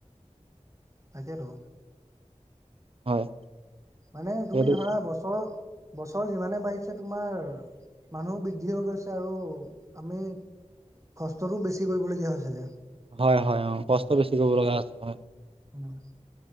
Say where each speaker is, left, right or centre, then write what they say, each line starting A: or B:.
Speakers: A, on the right (about 25°); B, on the right (about 50°).
A: তাকেতো
B: হয়
A: মানে তুমি
B: সেইটো
A: ধৰা বছৰ বছৰ যিমানে বাঢ়িছে, তোমাৰ মানুহ বৃদ্ধি হৈ গৈছে আৰু আমি কষ্টটো বেছি কৰিবলগীয়া হৈছেগে।
B: হয়, হয়, অ', কষ্ট বেছি কৰিব লগা আছে, হয়।
A: ধন্যবাদ।